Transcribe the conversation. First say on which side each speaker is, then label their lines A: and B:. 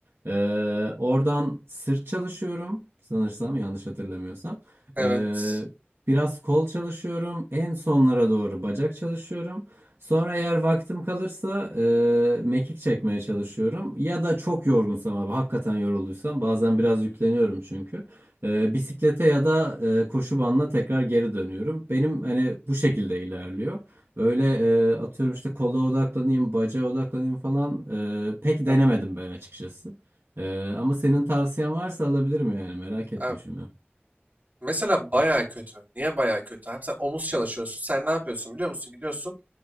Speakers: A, on the right; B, on the right.
A: Ee, oradan sırt çalışıyorum sanırsam yanlış hatırlamıyorsam.
B: Evet.
A: Ee, biraz kol çalışıyorum. En sonlara doğru bacak çalışıyorum. Sonra eğer vaktim kalırsa e, mekik çekmeye çalışıyorum. Ya da çok yorgunsam abi hakikaten yorulduysam bazen biraz yükleniyorum çünkü. Ee, bisiklete ya da e, koşu bandına tekrar geri dönüyorum. Benim hani bu şekilde ilerliyor. Öyle e, atıyorum işte kola odaklanayım, bacağa odaklanayım falan e, pek denemedim
B: Yok.
A: ben açıkçası. Ee, ama senin tavsiyen varsa alabilirim yani merak ettim
B: Evet.
A: şimdi.
B: Mesela bayağı kötü. Niye bayağı kötü abi? Sen omuz çalışıyorsun. Sen ne yapıyorsun biliyor musun? Gidiyorsun